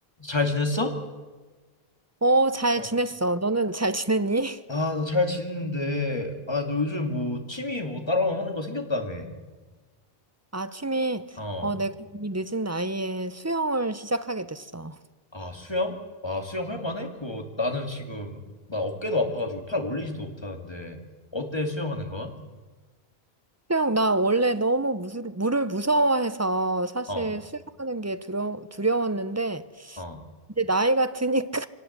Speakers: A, on the left (about 25°); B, on the right (about 15°).
A: 잘 지냈어?
B: 어, 잘
A: 어.
B: 지냈어. 너는 잘 지냈니? <laughs>
A: 아, 나 잘 지냈는데, 아, 너 요즘 뭐 취미 뭐 따로 하는 거 생겼다며?
B: 아, 취미.
A: 어.
B: 어, 내가 이 늦은 나이에 수영을 시작하게 됐어.
A: 아, 수영? 아, 수영 할 만해? 그거 나는 지금 나 어깨도 아파가지고 팔 올리지도 못하는데 어때 수영하는 거야?
B: 수영, 나 원래 너무 무술, 물을 무서워해서 사실
A: 어,
B: 수영하는 게 두려, 두려웠는데,
A: 어.
B: 이제 나이가 드니까